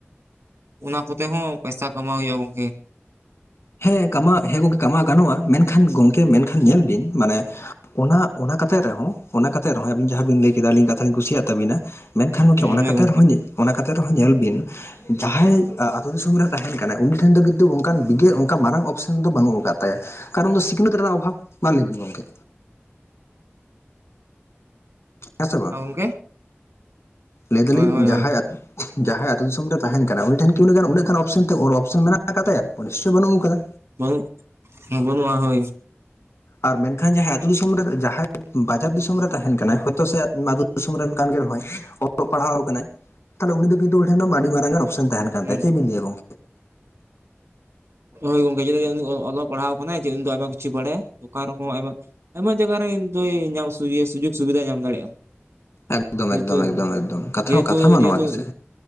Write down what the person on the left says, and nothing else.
ᱦᱮᱸ ᱠᱟᱢᱟᱣ ᱦᱮᱸ ᱠᱚᱜᱮ ᱠᱟᱢᱟᱣ ᱜᱟᱱᱚᱜᱼᱟ ᱢᱮᱱᱠᱷᱟᱱ ᱜᱚᱢᱠᱮ ᱢᱮᱱᱠᱷᱟᱱ ᱧᱮᱞ ᱵᱤᱱ ᱢᱟᱱᱮ ᱚᱱᱟ ᱚᱱᱟ ᱠᱟᱛᱮᱫ ᱨᱮᱦᱚᱸ ᱚᱱᱟ ᱠᱟᱛᱮᱫ ᱨᱮᱦᱚᱸ ᱟᱵ ᱡᱟᱦᱟᱸᱵᱤᱱ ᱞᱟᱹᱭ ᱠᱮᱫᱟ ᱟᱹᱞᱤᱧ ᱠᱟᱛᱷᱟ ᱞᱤᱧ ᱠᱩᱥᱤᱭᱟᱜ ᱛᱟᱹᱵᱤᱱᱟ ᱢᱮᱱᱠᱷᱟᱱ ᱜᱚᱢᱠᱮ
ᱚᱱᱟ
ᱠᱟᱛᱮᱫ
ᱨᱮᱦᱚᱸᱧ ᱚᱱᱟᱛ ᱨᱮᱦᱚᱸ ᱧᱮᱞ ᱵᱤᱱ ᱡᱟᱦᱟᱸᱭ ᱟᱛᱳ ᱫᱤᱥᱚᱢ ᱨᱮ ᱛᱟᱦᱮᱱ ᱠᱟᱱᱟ ᱩᱱᱤ ᱴᱷᱮᱱ ᱫᱚ ᱠᱤᱱᱛᱩ ᱚᱱᱠᱟᱱ ᱵᱤᱜᱮ ᱚᱱᱠᱟ ᱢᱟᱨᱟᱝ ᱚᱯᱥᱮᱱ ᱫᱚ ᱵᱟᱹᱱᱩᱜ ᱟᱠᱟᱫ ᱛᱟᱭᱟ ᱠᱟᱨᱚᱱ ᱫᱚ ᱥᱤᱠᱷᱱᱟᱹᱛ ᱨᱮᱱᱟᱜ ᱚᱵᱷᱟᱵᱽ ᱢᱟ ᱞᱟᱹᱭᱵᱮᱱ ᱜᱚᱝᱠᱮ ᱦᱮᱸ ᱥᱮ ᱵᱟᱝ
ᱞᱟᱹᱭ ᱫᱟᱞᱤᱧ
ᱡᱟᱦᱟᱸᱭ
ᱡᱟᱦᱟᱸᱭ ᱟᱹᱛᱳ ᱫᱤᱥᱚᱢ ᱨᱮ ᱛᱟᱦᱮᱱ ᱠᱟᱱᱟ ᱩᱱᱤ ᱴᱷᱮᱱ ᱠᱤ ᱞᱟᱹᱭᱟᱱ ᱩᱱᱟᱹᱜ ᱜᱟᱱ ᱚᱯᱥᱮᱱ ᱛᱮ ᱚᱯᱥᱮᱱ ᱢᱮᱱᱟᱜ ᱠᱟᱜ ᱛᱟᱭᱟ ᱚᱱᱤᱥᱪᱚᱭ ᱵᱟᱹᱱᱩᱜ ᱟᱠᱟᱫᱟ
ᱟᱨ ᱢᱮᱱᱠᱷᱟᱱ ᱡᱟᱦᱟᱸᱭᱛᱳ ᱫᱤᱥᱚᱢ ᱨᱮ ᱡᱟᱦᱟᱸᱭ ᱵᱟᱡᱟᱨ ᱫᱤᱥᱚᱢ ᱨᱮ ᱛᱟᱦᱮᱱ ᱠᱟᱱᱟᱭ ᱦᱭᱛᱳ ᱥᱮ ᱫᱤᱥᱚᱢ ᱨᱮᱱ ᱠᱟᱱ ᱜᱮ ᱨᱮᱦᱭ ᱚᱞᱚᱜ ᱯᱟᱲᱦᱟᱣ ᱟᱠᱟᱱᱟᱭ ᱛᱟᱦᱚᱞᱮ ᱩᱱᱤ ᱫᱚ ᱠᱤᱱᱛᱩ ᱩᱱᱤ ᱴᱷᱮᱱ ᱫᱚ ᱟᱹᱰᱤ ᱢᱟᱨᱟᱝᱟᱱ ᱚᱥᱮᱱ ᱛᱟᱦᱮᱱ ᱠᱟᱱ
ᱛᱟᱭᱟᱠᱮ ᱵᱤᱞᱭᱟ ᱜᱚᱝ
ᱮᱠᱫᱚᱢ
ᱮᱠᱫᱚᱢ ᱮᱠᱫᱚᱢ ᱮᱠᱫᱚᱢ ᱠᱟᱛᱷᱟ
ᱠᱟᱛᱷᱟ ᱢᱟᱱᱟᱣᱟ
ᱜᱮᱪᱮ